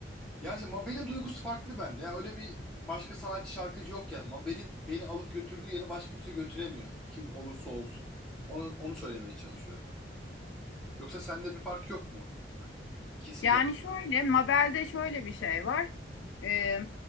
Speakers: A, in the centre; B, on the left.
A: Yani işte Mabel'in duygusu farklı bende. Yani öyle bir başka sanatçı şarkıcı yok yani. Mabel'in beni alıp götürdüğü yere başka kimse götüremiyor. Kim olursa olsun. Onu, onu söylemeye çalışıyorum. Yoksa sende bir fark yok mu? İkisiyle.
B: Yani şöyle, Mabel'de şöyle bir şey var. Ee,